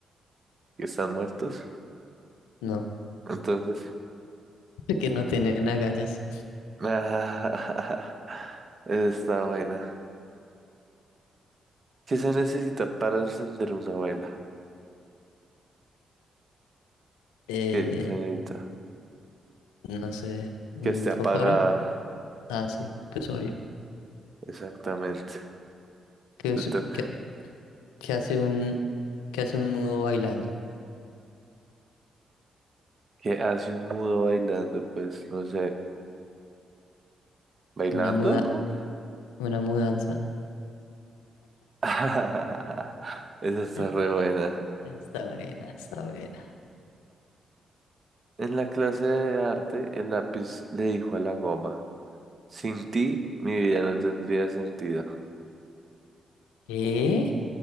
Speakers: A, on the right; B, on the left.
A: Que están muertos.
B: No,
A: Entonces.
B: <laughs> porque no tienen agallas.
A: <laughs> esa está buena. ¿Qué se necesita para encender una vela?
B: Eh,
A: ¿Qué se necesita?
B: no sé, ¿un
A: Que esté
B: fósforo?
A: apagada.
B: Ah, sí, pues obvio.
A: Exactamente.
B: ¿Qué,
A: Te
B: es-
A: toca.
B: qué- qué hace un, qué hace un mudo bailando?
A: ¿Qué hace un mudo bailando? Pues no sé. ¿Bailando,
B: Una muda,
A: no?
B: una mudanza.
A: <laughs> Esa está
B: <laughs>
A: re buena.
B: Está buena, está buena.
A: En la clase de arte, el lápiz le dijo a la goma, sin ti mi vida no tendría sentido.
B: ¿Qué?